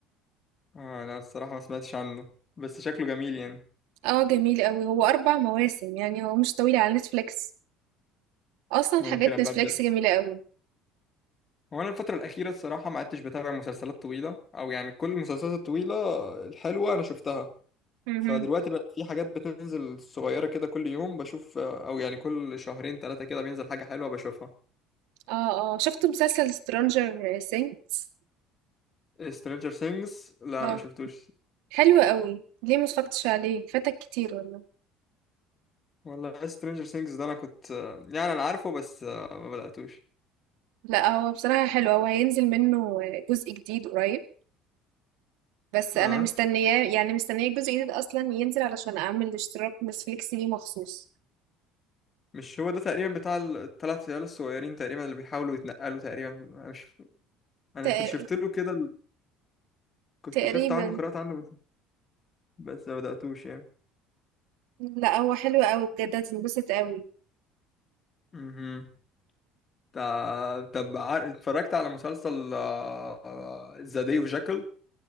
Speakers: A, on the left; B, on the right.
A: آه، أنا الصراحة ما سمعتش عنه بس شكله جميل يعني
B: اه جميل قوي هو اربع مواسم يعني هو مش طويل على نتفليكس اصلا
A: ممكن
B: حاجات
A: أبقى
B: نتفليكس
A: أبدأ
B: جميلة قوي
A: هو انا الفترة الأخيرة الصراحة ما عدتش بتابع مسلسلات طويلة أو يعني كل المسلسلات الطويلة الحلوة أنا شفتها
B: مهم.
A: فدلوقتي بقى في حاجات بتنزل صغيرة كده كل يوم بشوف أو يعني كل شهرين ثلاثة كده بينزل حاجة حلوة بشوفها
B: اه اه شفت مسلسل سترانجر سينكس
A: Stranger Things لا
B: اه
A: ما شفتوش
B: حلو قوي ليه ما اتفرجتش عليه فاتك كتير والله
A: والله Stranger Things ده أنا كنت يعني أنا عارفه بس ما بدأتوش
B: لا هو بصراحة حلو هو هينزل منه جزء جديد قريب بس
A: أه
B: انا مستنياه يعني مستنيه الجزء الجديد اصلا ينزل علشان اعمل اشتراك نتفليكس ليه مخصوص
A: مش هو ده تقريبا بتاع الثلاث عيال الصغيرين تقريبا اللي بيحاولوا يتنقلوا تقريبا أنا مش أنا
B: تق-
A: كنت شفت له كده كنت
B: تقريبا
A: شفت عنه قرأت عنه بس بس ما بدأتوش يعني
B: لا هو حلو قوي بجد هتنبسط قوي
A: مهم. تع- طب عار- اتفرجت على مسلسل آه، ذا داي اوف جاكل